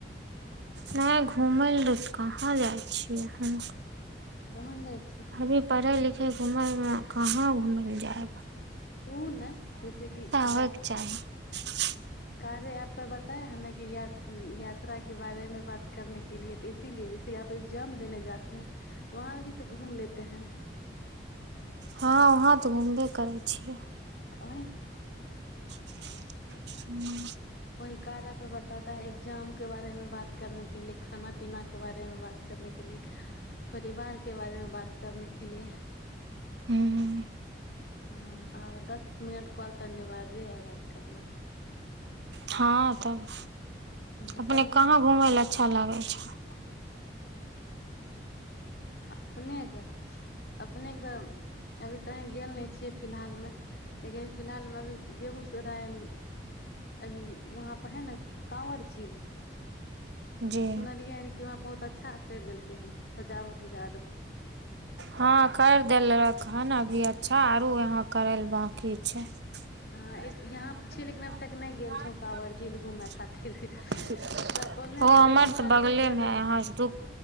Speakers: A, on the right (about 75°); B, on the left (about 60°).
A: नहि घुमय ल लेलऽ कहाँ जाइ छियै हम।
B: कहन जाइ छै।
A: अभी पढ़ा लिखा। घुमयमे कहाँ घुमय लए जाय।
B: ओ ने जैसे किी
A: होयके
B: या।
A: <unintelligible>
B: कार्य आपे बताय है न कि य यात्रा के बारेमे बात करने के लि तऽ इसीलिए जैसेप एग्जाम देने जाे है त वहाँ भी तऽ घूम लेते हैं।
A: हँ वहाँं तऽ घूमबे करै छियै।
B: ओ।
A: हू
B: वहि कारा पे बता है एग्जाम के बारेमे बात। कर के लि खाना पीना। के बारे में बात करने के लिए। परिवार के बारेमे बात करनेके। के लिए।
A: हूम।
B: ह आओर दस मिनट कॉल तऽ अनिवार्य है बात करना।
A: हँ तब।
B: हँ
A: अपने
B: अभी
A: कहाँ घुमय ल अच्छा लागै छै।
B: अपनेके अपनेके तऽ अभी कहीँ गेल नहि छियै फिलहालमे लेकिन फिलहालमे अभी। बेगूसरायमे अभी। वहाँ परे है न कांवर झील।
A: जी
B: सुनलियै हन कि वहाँ बहुत अच्छा करि देलकै हन सजावट उजाव।
A: हँ कर देल रह हन अभी अच्छा आर यहा करे ल बकी। हमर
B: हँ यहाँ पर छियै लेकिन अब तक नहि गेल छौ काँवर झील घूमय खातिर सब बोलने छलै कि
A: तऽ
B: चलेबै
A: बगलेमे
B: चलेबै
A: हह